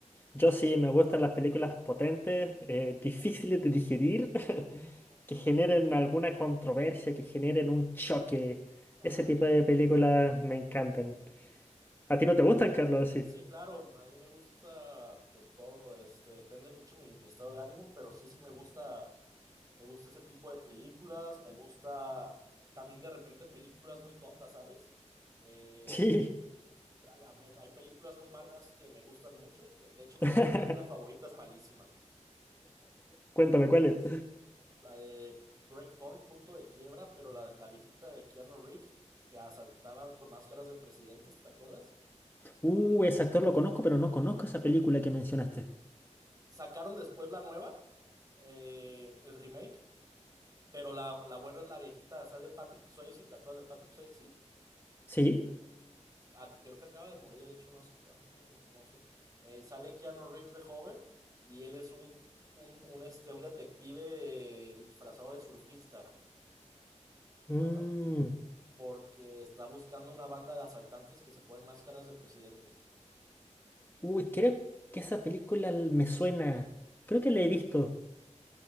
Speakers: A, on the left; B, on the right.
A: Yo sí, me gustan las películas potentes, eh, difíciles de digerir, <laughs>
B: Ok,
A: que generen
B: ok,
A: alguna controversia, que generen un choque.
B: vale.
A: Ese tipo de películas me encantan. ¿A ti no te gustan,
B: Vale.
A: Carlos? Sí.
B: Sí, claro, a mí me gusta de todo, este, depende mucho mi, mi estado de ánimo, pero sí, sí me gusta, me gusta ese tipo de películas, me gusta también de repente películas muy tontas, ¿sabes? Eh,
A: Sí.
B: ya- ya me- hay películas muy malas que me gustan mucho, de, de hecho creo
A: <laughs>
B: que mi película favorita es malísima,
A: Cuéntame, ¿cuáles?
B: es la de Breakpoint, Punto de Quiebra, pero la, la viejita de Keanu Reeves, que asaltaban con máscaras de presidentes, ¿te acuerdas?
A: Uh, ese actor lo conozco, pero no conozco esa película que mencionaste.
B: Sacaron después la nueva. eh, el remake, pero la, la buena es la viejita, sale Patrick Swayze, ¿te acuerdas de Patrick Swayze?
A: ¿Sí?
B: Ah, que creo que acaba de morir, de hecho, no hace tanto, no sé. Eh, sale Keanu Reeves de joven y él es un, un, un, este, un detective eh, disfrazado de surfista,
A: Mm.
B: ajá, porque está buscando una banda de asaltantes que se ponen máscaras de presidentes.
A: Uy, creo que esa película l- me suena. Creo que la he
B: Ujú,
A: visto.